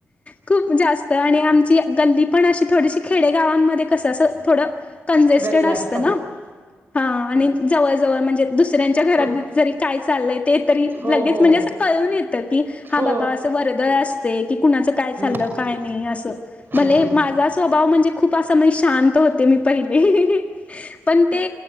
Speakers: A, on the left; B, on the right.
A: खूप जास्त. आणि आमची गल्ली पण अशी थोडीशी खेडेगावांमध्ये कसं असं थोडं कंजेस्टेड
B: गल्ल्या
A: असतं
B: असतात.
A: ना. हा आणि जवळ जवळ म्हणजे दुस दुसऱ्याच्या च्या घरात
B: हम्म
A: जरी काय चाललय ते तरी ते
B: हो
A: लगेच
B: हो
A: म्हणजे अस कळून येत की
B: हो
A: हा बाबा असं वार अस की कुणाच काय
B: हम्म
A: चाललं काय नाही अस
B: हम्म
A: भले
B: हम्म
A: माझा स्वभाव म्हणजे खूप असं म शांत होते मी पहिले पण ते